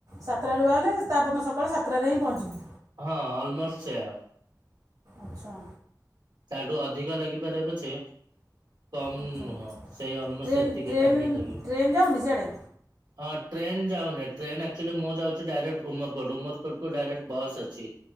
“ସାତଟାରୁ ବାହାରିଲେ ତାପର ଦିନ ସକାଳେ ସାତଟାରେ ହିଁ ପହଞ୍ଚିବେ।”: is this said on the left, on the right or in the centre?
Right